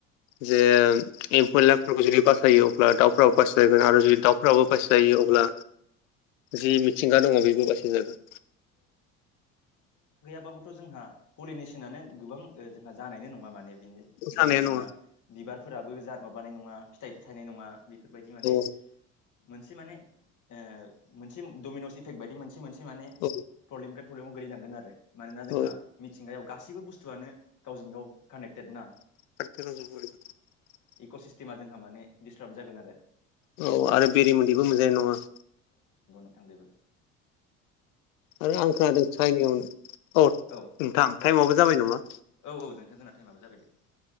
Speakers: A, on the left (about 75°); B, on the left (about 50°).
A: जे एम्फौ एनलाइफोरखौ जुदि बासायो अब्ला दाउफ्राबो बाससि जागोन आरो जुदि दाउफ्राबो बासिजायो अब्ला अब्ला जि मिथिंगा दङ बेबो बासायगोन
B: थ' जोंहा पलिनेसनानो गोबां ओ जोंहा जानाय नङा माने बिनि
A: सानाया
B: जाहोनाव जोंहा
A: नङा
B: बिबारफोराबो जाद माबानाय नङा फिथाइबो थानायनाय नङा बेफोरबायदि माने
A: औ
B: मोनसे मोनसे माने ओ मोनसे दमिनिटक बायदि मोनसे मोनसे
A: औ
B: फ्रब्लेनिफ्राय फ्रब्लेम गोगलैलांगोन आरो मानोना जोंहा
A: औ
B: मिथिंगायाव गासैबो बुस्थुआनो गावजों गाव कानेक्टेड ना
A: <unintelligible>
B: क सिस्टेमा जोंहा माने दिडस्टार्ब जागोन आरो।
A: औ आरो बेरि मन्दैबो मोजाङानाय नङा।
B: थांबायबो
A: आरो आं खोनादों चाइनि <unintelligible> नोंथां
B: औ औ
A: टाइमाबबो जाबाय नामा।
B: औ - औ नोंथां जोंना टाइमाबबो जाबाय दे